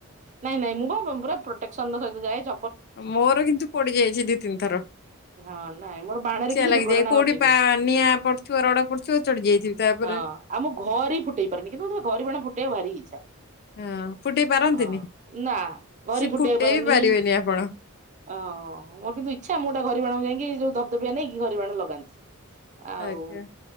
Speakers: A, on the right (about 35°); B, on the left (about 45°).
A: ନାଇଁ ନାଇଁ ମୁଁ ବା ପୁରା ପ୍ରୋଟେକ୍ସନ ର ସହିତ ଯାଏ ଚ
B: ମୋର କିନ୍ତୁ ପୋଡିଯାଇଛି ଦି ତିନି ଥର।
A: ହଁ ନାଇଁ ମୋର ବାଣରେ
B: ଚିଆଁ
A: କିଛି
B: ଲାଗିଯାଏ
A: ଦୁର୍ଘଟଣା
B: କୋଉଠି
A: ଘଟିନି।
B: ବା ନିଆଁ ପଡିଥିବ ରଡ ପଡିଥିବ ଚଢି ଯାଇଥିବି ତାଉପରେ।
A: ହଁ ଆଉ ମୁଁ ଘରି ଇ ଫୁଟେଇ ପାରିବିନି କିନ୍ତୁ ମୋତେ ଘରି ଇ ବାଣ ଫୁଟେଇବାର ଭାରି ଇଚ୍ଛା।
B: ହଁ ଫୁଟେଇ ପାରନ୍ତିନି
A: ହଁ ନା ଘରି
B: ସେ
A: ଫୁଟେଇ ପାରେନି।
B: ବି ପାରିବେନି ଆପଣ
A: ଅଁ ମୋର କିନ୍ତୁ ଇଚ୍ଛା ମୁଁ ଗୋଟେ ଘରି ବାଣକୁ ଯାଇକି ଯୋଉ ଧବଦବିଆ ନେଇକି ଘରି ବାଣ ଲଗାଏ। ଆଉ
B: ଆଜ୍ଞା